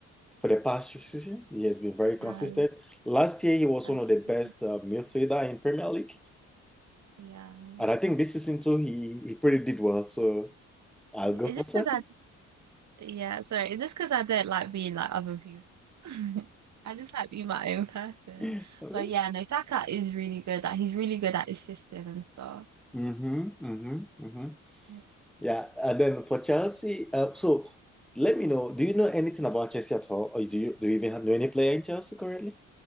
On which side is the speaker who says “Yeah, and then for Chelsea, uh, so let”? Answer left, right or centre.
Centre